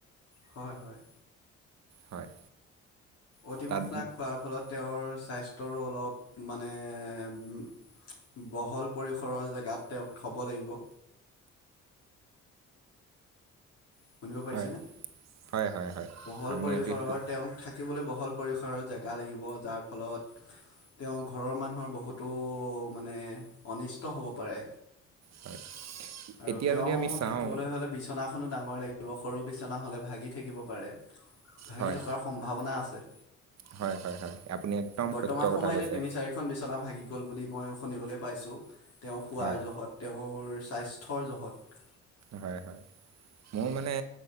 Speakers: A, on the left (about 55°); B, on the right (about 60°).
A: হয় হয়।
B: হয়।
A: অতিমাত্ৰা
B: তাত
A: খোৱাৰ ফলত তেওঁৰ স্বাস্থ্যৰো অলপ মানে উম। বহল পৰিসৰৰ জেগাত তেওঁক থব লাগিব। শুনিব পাৰিছেনে।
B: হয় হয় হয় হয়
A: বহল
B: আপুনি
A: পৰিসৰৰ
B: অতি সু
A: তেওঁক থাকিবলৈ বহল পৰিসৰৰ জেগ গা লাগিব যাৰ ফলত। তেওঁ ঘৰৰ মানুহৰ বহুতো মানে অনিষ্ট হব পাৰে।
B: হয়
A: আৰু
B: এতিয়া
A: তেওঁ
B: যদি আমি চাওঁ
A: থাকিবলৈ হলে বিচনাখনত। ডাঙৰ লাগিব সৰু বিচনা হলে ভাগি থাকিব পাৰে ভাগি
B: হয়
A: থকাৰ সম্ভাৱনা আছে।
B: হয় হয় হয় আপুনি একদম
A: বৰ্তমান
B: সত্য কথা
A: সময়তে
B: কৈছে
A: তিনি চাৰিখন বিচনা ভাগি গ'ল বুলি মই। শুনিবলৈ পাইছোঁ তেওঁ শোৱাৰ
B: হয়
A: জহত তেওঁৰ স্বাস্থ্যৰ জহত।
B: হয়-হয় মোৰ মানে